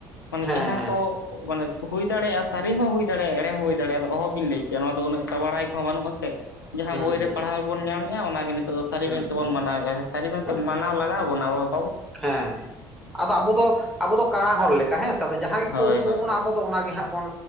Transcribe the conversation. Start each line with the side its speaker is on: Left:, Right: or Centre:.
Left: ᱢᱟᱱᱮ
Centre: ᱦᱮᱸ
Left: ᱡᱟᱦᱟᱸ
Centre: ᱦᱮᱸ
Left: ᱠᱚ ᱢᱟᱱᱮ ᱦᱩᱭ ᱫᱟᱲᱭᱟᱜᱼᱟ, ᱥᱟᱹᱨᱤ ᱦᱚᱸ ᱦᱩᱭ ᱫᱟᱲᱮᱭᱟᱜᱼᱟ ᱮᱲᱮ ᱦᱚᱸ ᱦᱩᱭ ᱫᱟᱲᱮᱜᱼᱟ, ᱟᱫᱚ ᱚᱦᱚᱵᱤᱱ ᱞᱟᱹᱭ ᱠᱮᱭᱟ, ᱱᱚᱣᱟ ᱫᱚ ᱩᱱᱟᱹᱜᱴᱟ ᱵᱟᱲᱟᱭ ᱦᱚᱸ ᱵᱟᱹᱱᱩᱜᱼᱟ ᱥᱮ᱾ ᱡᱟᱦᱟᱸ
Centre: ᱦᱮᱸ
Left: ᱵᱳᱭ ᱨᱮ
Centre: ᱦᱮᱸ
Left: ᱯᱟᱲᱦᱟᱣ ᱵᱚᱱ ᱧᱟᱢᱮᱫᱼᱟ ᱚᱱᱟ ᱜᱮ ᱱᱤᱛᱚᱜ ᱫᱚ ᱥᱟᱹᱨᱤ
Centre: ᱦᱮᱸ
Left: ᱢᱮᱱᱛᱮ ᱵᱚᱱ
Centre: ᱦᱮᱸ
Left: ᱢᱟᱱᱟᱣᱮᱫ-ᱟ ᱦᱮᱸᱥᱮ᱾ ᱥᱟᱹᱨᱤ ᱢᱮᱱᱛᱮ
Centre: ᱦᱮᱸ
Left: ᱢᱟᱱᱟᱣ ᱞᱟᱜᱟᱣ ᱵᱚᱱᱟ ᱟᱵᱚ᱾
Centre: ᱦᱮᱸ, ᱟᱫᱚ ᱟᱵᱚ ᱫᱚ ᱟᱵᱚ ᱫᱚ ᱠᱟᱬᱟ ᱦᱚᱲ ᱞᱮᱠᱟ, ᱦᱮᱸ ᱥᱮ? ᱡᱟᱦᱟᱸ ᱜᱮᱠᱚ
Left: ᱦᱳᱭ
Centre: ᱩᱫᱩᱜ
Left: ᱦᱳᱭ
Centre: ᱟᱵᱚᱱᱟ ᱟᱵᱚ ᱫᱚ ᱚᱱᱟ ᱜᱮ ᱦᱟᱸᱜ ᱵᱚᱱ